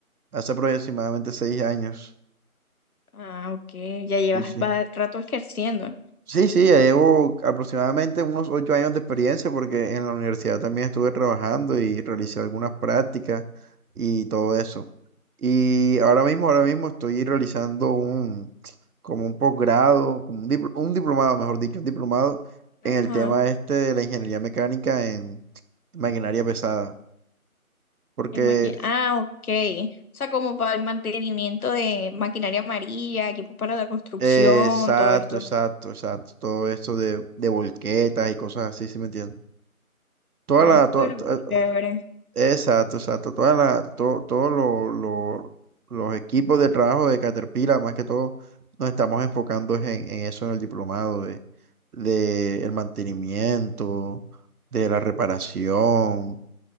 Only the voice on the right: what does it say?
hace aproximadamente seis años.
Sí, sí.
Sí, sí, ya llevo aproximadamente unos ocho años de experiencia porque en la universidad también estuve trabajando y realicé algunas prácticas y todo eso. Y ahora mismo, ahora mismo estoy realizando un, como un posgrado, como un, dipl- un diplomado, mejor dicho, un diplomado
en el tema este de la ingeniería mecánica en maquinaria pesada. Porque,
eh, exacto,
exacto, exacto, todo esto de, de volquetas y cosas así, ¿sí me entiendes? Toda
la, toda-
to-
Exacto, exacto. Toda la, to- todos lo- lo- los equipos de trabajo de Caterpillar, más que todo, nos estamos enfocando es en, en eso, en el diplomado de, de el mantenimiento, de la reparación,